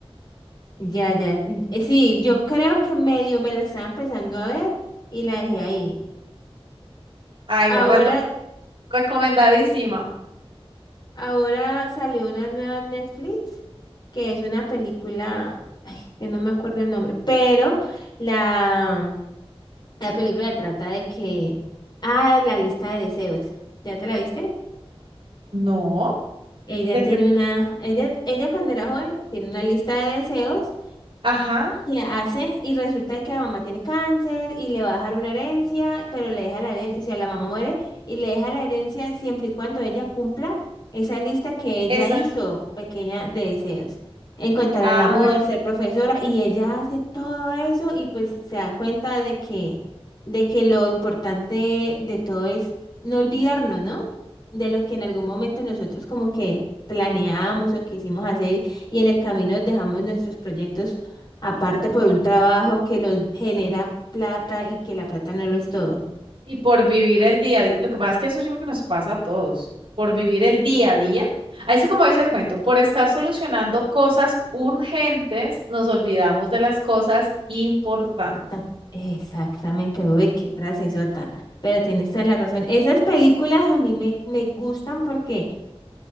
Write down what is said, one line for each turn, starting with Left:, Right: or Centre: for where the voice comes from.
Left: Ya, ya. Eh, Sí, yo creo que medio me la estaba empezando a ver y la dejé ahí.
Right: Ay,
Left: Ahora,
Right: no, reto- recomendadísima.
Left: ahora salió una nueva en Netflix que es una película, ay, que no me acuerdo el nombre, pero la, la película trata de que, ah, la lista de deseos. ¿Ya te la viste?
Right: No,
Left: Ella
Right: de
Left: tiene
Right: que,
Left: una, ella, ella cuando era joven tiene una lista de deseos
Right: ajá,
Left: que hace y resulta que la mamá tiene cáncer y le va a dejar una herencia, pero le deja la herencia, la mamá muere y le deja la herencia siempre y cuando ella cumpla esa lista que ella
Right: esa.
Left: hizo pequeña de deseos. Encontrar
Right: Ay,
Left: el amor,
Right: que-
Left: ser profesora y ella hace todo eso y pues se da cuenta de que de que lo importante de todo es no olvidarnos, ¿no? De lo que en algún momento nosotros como que planeamos o quisimos hacer y en el camino dejamos nuestros proyectos Aparte por un trabajo que nos genera plata y que la plata no lo es todo.
Right: y por vivir el día a día. Lo que pasa es que eso yo creo que nos pasa a todos. Por vivir el día a día. Ahí sí, como dice el cuento, por estar solucionando cosas urgentes, nos olvidamos de las cosas importantes.
Left: Ta- Exactamente, uy, qué frase sota. Pero tienes toda la razón. Esas películas a mí me, me gustan porque